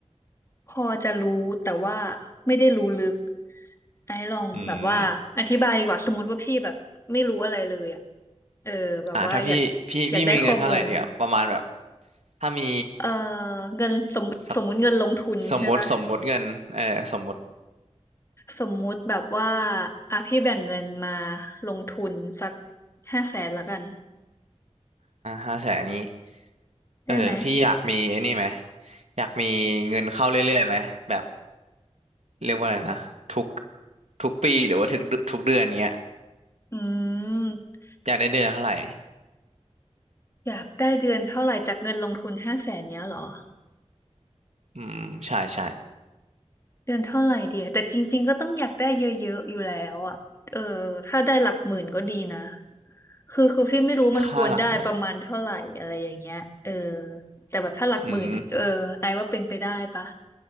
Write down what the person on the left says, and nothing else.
พอจะรู้แต่ว่าไม่ได้รู้ลึกไอ้ลองแบบว่าอธิบายดีกว่าสมมติว่าพี่แบบไม่รู้อะไรเลยอ่ะ
เออแบบว่าอยาก
อยากได้ข้อมูล
เอ่อเงินสมสมมุติเงินลงทุนใช่ปะ
สมมุติแบบว่าอ่ะพี่แบ่งเงินมาลงทุนสักห้าแสนละกัน
ได้ไหม
อืม
อยากได้เดือนเท่าไหร่จากเงินลงทุนห้าแสนเนี้ยเหรอ
เดือนเท่าไหร่เดียแต่จริงๆ ก็ต้องอยากได้เยอะๆอยู่แล้วอ่ะเออถ้าได้หลักหมื่นก็ดีนะคือคือพี่ไม่รู้มันควรได้ประมาณเท่าไหร่อะไรอย่างเงี้ย
เออ แต่แบบถ้าหลักหมื่นอ่ะเออไอว่าเป็นไปได้ปะ